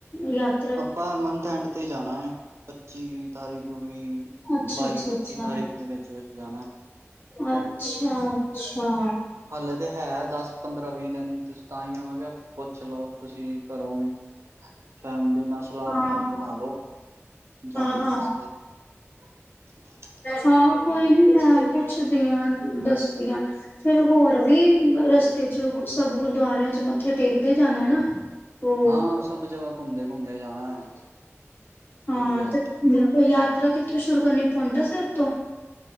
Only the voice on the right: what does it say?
ਆਪਾਂ ਮੰਥ ਐਂਡ ਤੇ ਜਾਣਾ ਹੈ ਪੱਚੀ ਤਾਰੀਕ ਵੀ
ਬਾਈ ਪੱਚੀ
ਤਾਰੀਕ ਦੇ ਵਿੱਚ ਵਿੱਚ ਜਾਣਾ
ਹਲੇ ਤੇ ਹੈ ਦਸ ਪੰਦਰਾਂ ਵੀਹ ਦਿਨ ਤੁਸੀ ਤਾਂ ਹੀਓ ਮੈਂ ਕਿਹਾ ਪੁੱਛ ਲਓ ਤੁਸੀਂ ਘਰੋਂ ਵੀ ਫੈਮਲੀ ਨਾਲ ਸਲਾਹ
ਬਣਾਉਣੀ ਬਣਾ ਲੋੋ ਜਾਣ
ਵਾਸਤੇ <inaudible>
ਹਾਂ ਸਭ ਜਗ੍ਹਾ ਘੁੰਮਦੇ ਘੁੰਮਦੇ ਜਾਣਾ ਹੈ
ਵਧੀਆ।